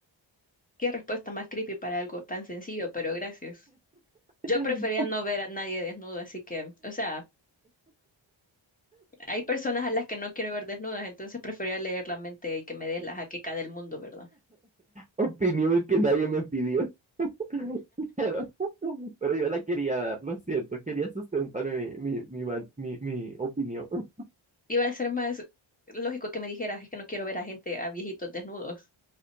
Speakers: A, on the left; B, on the right.
A: Qué respuesta más creepy para algo tan sencillo, pero gracias. Yo
B: <laughs>
A: prefería no ver a nadie desnudo, así que, o sea, hay personas a las que no quiero ver desnudas, entonces prefería leer la mente y que me dé la jaqueca del mundo, ¿verdad?
B: Opinión que nadie me pidió. <laughs> Pero, pero yo la quería dar, lo siento, quería sustentar mi, mi, mi, val- mi, mi opinión. <laughs>
A: Iba a ser más lógico que me dijeras, es que no quiero ver a gente, a viejitos desnudos.